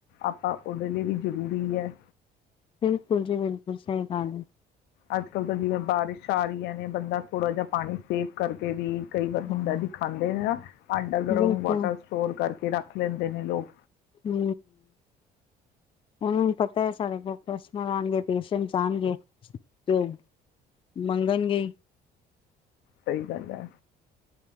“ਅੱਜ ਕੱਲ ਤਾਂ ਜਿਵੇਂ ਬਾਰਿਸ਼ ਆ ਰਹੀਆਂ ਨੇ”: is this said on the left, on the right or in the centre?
Left